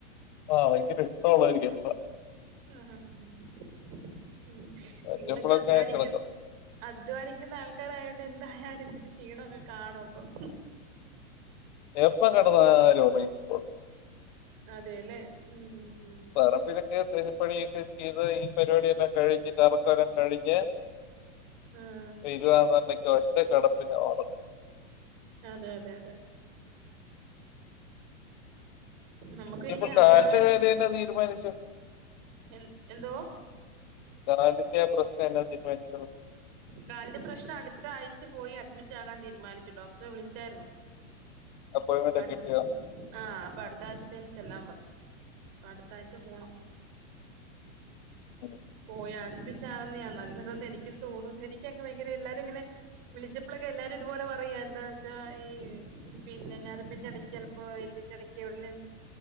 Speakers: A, on the left (about 35°); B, on the right (about 35°).
A: ആ ഭയങ്കര ഇഷ്ടുള്ള ഒരു. <unintelligible>
B: ആഹ് ആഹ് ആഹ് ഉം
A: പറ്റുമ്പോഴൊക്കെ
B: നിങ്ങളൊക്കെ അധ്വാനിക്കും,
A: കിടക്കും.
B: അധ്വാനിക്കുന്ന ആൾക്കാരായാ ഇന്ന് എന്തായാലും ഇച്ചിരി ക്ഷീണം ഒക്കെ കാണും അപ്പം.
A: എപ്പോ കിടന്നാലും ഉറങ്ങിപ്പോണ്.
B: അതെല്ലേ ഉം ഉം.
A: പറമ്പിലൊക്കെ കൃഷിപ്പണിയൊക്കെ ചെയ്തു ഈ പരിപാടി എല്ലാം കഴിഞ്ഞിട്ട്. <unintelligible> കഴിഞ്ഞ്.
B: ആഹ്
A: വരുവാനുന്നെങ്കി ഒറ്റ കെടപ്പിന് ഒറങ്ങും.
B: അതെ അതെ അതെ നമുക്ക്
A: ഇനി
B: പിന്നെ
A: ഇപ്പൊ
B: ഇങ്ങനെ
A: കാലിന്റെ
B: അധ്വാനം
A: കാര്യം എന്നാ തീരുമാനിച്ചു
B: എ എന്തോ
A: കാലിൻറെ ആ പ്രശ്നം എന്നാ തീരുമാനിച്ചത്
B: കാലിന്റെ പ്രശ്നം അടുത്ത ആഴ്ച പോയി അഡ്മിറ്റ് ആകാൻ തീരുമാനിച്ചു ഡോക്ടറെ വിളിച്ചായിരുന്നു
A: അപ്പോയിന്റ്മെന്റ്
B: അടു
A: ഒക്കെ കിട്ടിയോ
B: ആഹ് അപ്പൊ അടുത്ത ആഴ്ചത്തെതേനു ചെല്ലാൻ പറഞ്ഞു അടുത്ത ആഴ്ച പോണം
A: ഉം.
B: പോയാൽ- പിന്നെ ആകുന്നതാ നല്ലതെന്ന് എനിക്കും തോന്നുന്നു ഇനി എനിക്ക് അങ്ങ് ഭയങ്കര എല്ലാരും ഇങ്ങനെ വിളിച്ചപ്പോഴൊക്കെ എല്ലാരും ഇതുപോലെ പറയ്യാ എന്താന്ന് വെച്ചാ ഈ പിന്നെ ഞരമ്പിന്റ എടയ്ക്ക് ചിലപ്പോ എല്ലിന്റെ ഇടക്ക് എവിടേലും